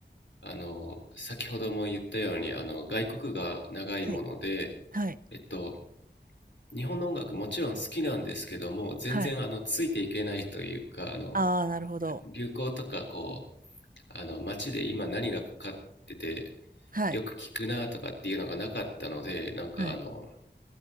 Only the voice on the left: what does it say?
あの、先ほども言ったように、あの、外国が長いもので、
えっと、日本の音楽もちろん好きなんですけども、全然、
あの、ついていけないというか、あの、
流行とか、こう、あの、街で今何がかかってて、
よく聞くなとかっていうのがなかったので、なんか、
あの、